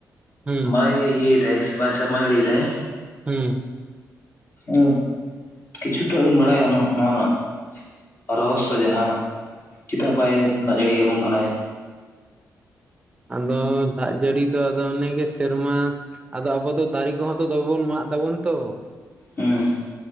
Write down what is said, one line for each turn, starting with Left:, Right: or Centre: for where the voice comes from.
Right: ᱦᱩᱸ
Left: ᱵᱟᱭ ᱤᱭᱟᱹᱭᱮ ᱫᱟᱭ ᱥᱮ ᱵᱟᱭ ᱥᱮᱨᱢᱟ ᱡᱟᱲᱤ ᱭᱮᱫᱟᱭ
Right: ᱦᱩᱸ
Left: ᱚ ᱠᱤᱪᱷᱩᱴᱟ ᱵᱮᱱ ᱵᱟᱲᱟᱭᱟ ᱱᱚᱣᱟ ᱨᱮᱱᱟᱜ ᱨᱚᱦᱚᱥᱥᱚ ᱡᱟᱦᱟᱸ ᱪᱮᱫᱟᱜ ᱵᱟᱭ ᱫᱟᱜᱽ ᱡᱟᱹᱲᱤ ᱭᱟᱵᱚᱱ ᱠᱟᱱᱟᱭ᱾
Right: ᱟᱫᱚ ᱫᱟᱜᱽ ᱡᱟᱹᱲᱤ ᱫᱚ ᱟᱫᱚ ᱚᱱᱮᱜᱮ ᱥᱮᱨᱢᱟ ᱟᱫᱚ ᱟᱵᱚ ᱫᱚ ᱫᱟᱨᱮ ᱠᱚᱦᱚᱸ ᱛᱚ ᱵᱚᱱ ᱢᱟᱜᱽ ᱫᱟᱵᱚᱱ ᱛᱚ
Left: ᱦᱩᱸ